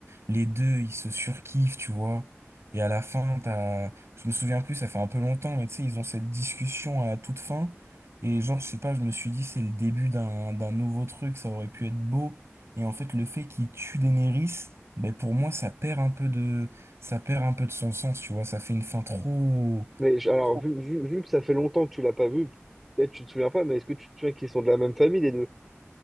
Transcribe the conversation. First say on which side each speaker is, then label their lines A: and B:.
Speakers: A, on the right (about 75°); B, in the centre.
A: les deux, ils se surkiffent, tu vois. Et à la fin, t'as, je me souviens plus, ça fait un peu longtemps, mais tu sais, ils ont cette discussion à toute fin. Et genre, je sais pas, je me suis dit, c'est le début d'un d'un nouveau truc, ça aurait pu être beau. Et en fait, le fait qu'ils tuent Daenerys, ben pour moi, ça perd un peu de, ça perd un peu de son sens, tu vois. Ça fait une fin trop,
B: Mais je- alors,
A: trop-
B: vu, vu, vu que ça fait longtemps que tu l'as pas vu, peut-être tu te souviens pas, mais est-ce que tu te souviens qu'ils sont de la même famille, les deux?